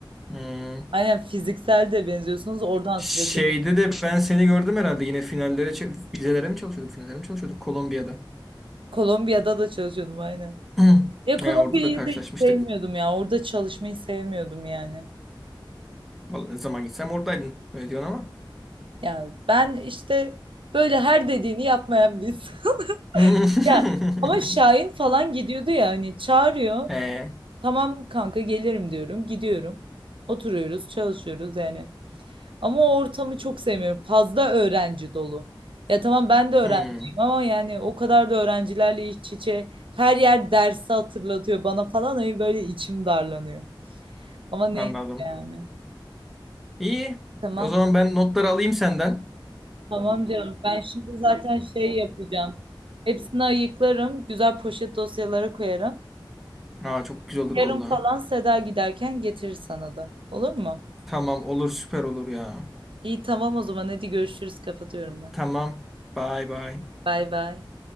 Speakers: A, in the centre; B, on the right (about 80°).
A: Hmm.
B: Aynen fiziksel de benziyorsunuz. Oradan
A: Şeyde
B: sürekli.
A: de ben seni gördüm herhalde. Yine finallere, ç- vizelere mi çalışıyorduk? Finallere mi çalışıyorduk? Kolombiya'da.
B: Kolombiya'da da çalışıyordum aynen.
A: <clears throat>
B: Ya Kolombiya'yı
A: Ya orada da karşılaşmıştık.
B: da hiç sevmiyordum ya. Orada çalışmayı sevmiyordum yani.
A: Vallahi ne zaman gitsem oradaydın. Öyle diyorsun ama.
B: Ya ben işte böyle her dediğini yapmayan biz. <laughs>
A: <laughs>
B: Ya ama Şahin falan gidiyordu ya hani çağırıyor.
A: He.
B: Tamam kanka gelirim diyorum. Gidiyorum. Oturuyoruz, çalışıyoruz yani. Ama o ortamı çok sevmiyorum. Fazla öğrenci dolu. Ya tamam ben de öğrenciyim
A: Hmm.
B: ama yani o kadar da öğrencilerle iç içe her yer dersi hatırlatıyor bana falan. Hani böyle içim darlanıyor. Ama neyse
A: Anladım.
B: yani.
A: İyi.
B: Tamam.
A: O zaman ben notları alayım senden.
B: Tamam canım. Ben şimdi zaten şey yapacağım. Hepsini ayıklarım. Güzel poşet dosyalara koyarım.
A: Aa çok güzel olur
B: Yarın
A: vallahi.
B: falan Seda giderken getirir sana da. Olur mu?
A: Tamam olur süper olur ya.
B: İyi tamam o zaman. Hadi görüşürüz. Kapatıyorum ben.
A: Tamam. Bye bye.
B: Bay bay.